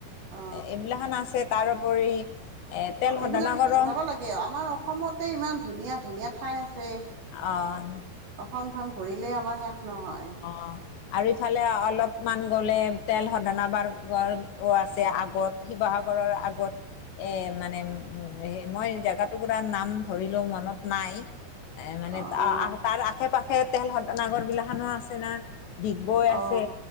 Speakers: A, on the right; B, on the left.
A: অ
B: এইবিলাখন আছে তাৰোপৰি এ তেল
A: অহ
B: শোধনাগাৰো
A: এইবিলাক যাব লাগে আমাৰ অসমতে ইমান ধুনীয়া ধুনীয়া ঠাই আছে।
B: অহ।
A: সমখন ঘূৰিলেই আমাৰ শেষ নহয়।
B: অ', আৰু ইফালে অলপমান গ'লে তেল শোধনাবাৰ গাৰ বাৰ আছে আগত শিৱসাগৰ কৰাৰ আগত। এ মানে উম মই জোগাটোকুৰা নাম ধৰিলেও মনত নাই। এ মানে
A: অ অ
B: তাৰ আশে পাশে তেলসোধনাগৰ বিলাখানো আছে না। ডিগবৈ
A: অ
B: আছে।